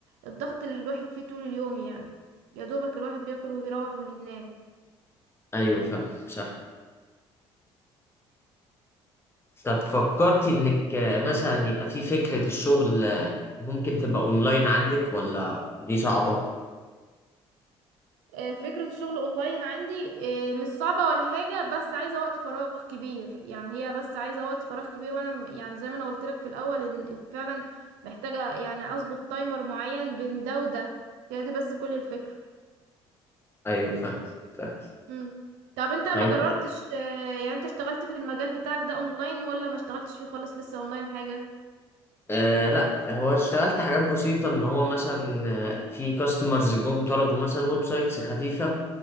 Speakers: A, on the right (about 75°); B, on the left (about 20°).
A: الضغط اللي الواحد فيه طول اليوم يعني يا دوبك الواحد بياكل ويروح وينام
B: ايوه فاهم صح طب فكرتي انك مثلا يبقى في فكرة الشغل ممكن تبقى اونلاين عندك ولا دي صعبة؟
A: آه، فكرة الشغل اونلاين عندي آه، مش صعبة ولا حاجة بس عايزة وقت فراغ كبير يعني هي بس عايزة وقت فراغ كبير وانا م- يعني زي ما انا قلت لك في الاول ان فعلا محتاجة يعني اظبط تايمر معين بين ده وده هي دي بس كل الفكرة
B: ايوه فاهم فاهم
A: مم. طب انت ما
B: طيب
A: جربتش آه، يعني انت اشتغلت في المجال بتاعك ده اونلاين ولا ما اشتغلتش فيه خالص لسه اونلاين حاجة
B: آه لا هو اشتغلت حاجات بسيطة ان هو مثلا آه، في كاستمرز جم طلبوا مثلا ويب سايتس خفيفة